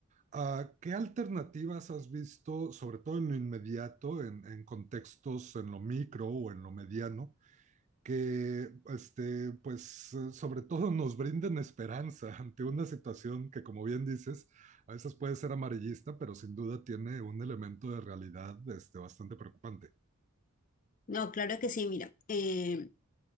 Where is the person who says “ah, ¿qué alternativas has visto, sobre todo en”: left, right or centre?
Right